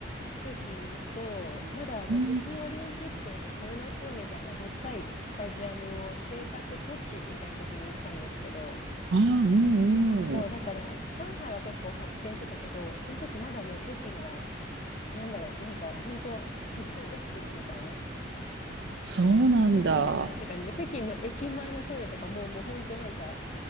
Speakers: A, on the left; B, on the right.
A: 北京と、まだあの北京オリンピックのあの鳥の巣みたいなでっかいスタジアムを制作途中みたいな時に行ったんですけど、
B: ん、あー、うん、
A: そう、
B: うん。
A: だから上海は結構発展してたけど、その時まだね、北京がなんだろう、なんか本当途中ですみたいな。
B: そうなんだ。
A: 途中ですって感じで、北京の駅前のトイレとかもう、もう本当なんか